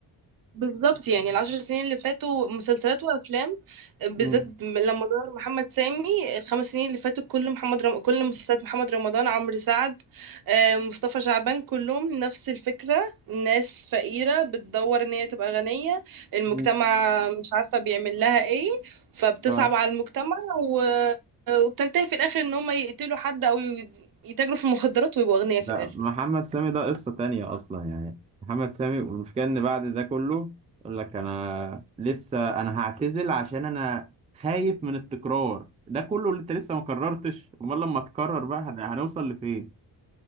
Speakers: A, on the right (about 60°); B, on the right (about 20°).
A: بالظبط يعني العشر سنين اللي فاتوا مسلسلات وافلام بالذات
B: مم.
A: لما ظهر محمد سامي الخمس سنين اللي فاتوا كل محمد رم... كل مسلسلات محمد رمضان عمرو سعد آه، مصطفى شعبان كلهم نفس الفكرة ناس فقيرة بتدور ان هي تبقى غنية المجتمع
B: مم.
A: مش عارفة بيعمل لها ايه فبتصعب
B: اه
A: على المجتمع و... وبتنتهي في الاخر ان هم يقتلوا حد او ي- يتاجروا في المخدرات ويبقوا اغنياء
B: لا
A: في الاخر
B: محمد سامي ده قصه تانية اصلا يعني محمد سامي والمشكله ان بعد ده كله يقول لك انا لسه انا هعتزل عشان انا خايف من التكرار ده كله اللي انت لسه ما كررتش امال لما تكرر بقى هن- هنوصل لفين